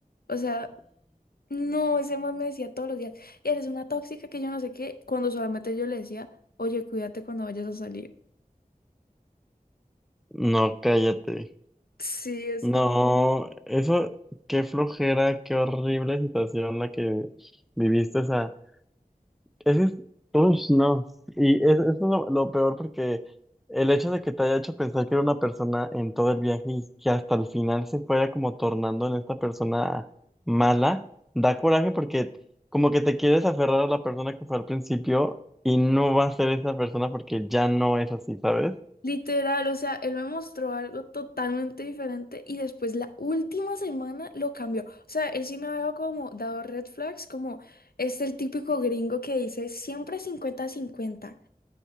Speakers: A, on the left (about 90°); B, in the centre.
A: O sea, no, ese man me decía todos los días, eres una tóxica que yo no sé qué, cuando solamente yo le decía, oye, cuídate cuando vayas a salir.
B: No, cállate.
A: Sí, es
B: No,
A: co-
B: eso, qué flojera, qué horrible situación la que viviste. esa Ese es, ush, no. Y es- eso es lo, lo peor porque el hecho de que te haya hecho pensar que era una persona en todo el viaje y que hasta el final se fuera como tornando en esta persona mala, da coraje porque como que te quieres aferrar a la persona que fue al principio y no va a ser esa persona porque ya no es así, ¿sabes?
A: Literal, o sea, él me mostró algo totalmente diferente y después la última semana lo cambió. O sea, él sí me había como dado red flags, como es el típico gringo que dice siempre cincuenta cincuenta